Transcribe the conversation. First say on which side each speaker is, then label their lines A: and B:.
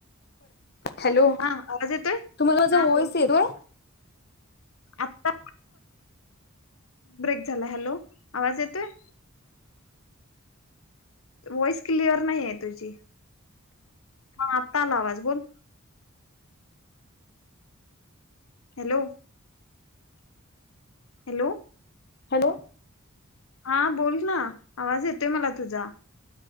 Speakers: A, on the left (about 50°); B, on the left (about 80°).
A: hello
B: हा आवाज येतोय
A: तुम्हाला
B: हा
A: वॉइस
B: बोल
A: येतोय?
B: की आता ब्रेक झालाय. हॅलो, आवाज येतोय? व्हॉईस क्लिअर नाही आहे तुझी. हा आत्ता आला आवाज बोल... हॅलो, हॅलो,
A: हॅलो,
B: हा बोल ना, आवाज येतोय मला तुझा...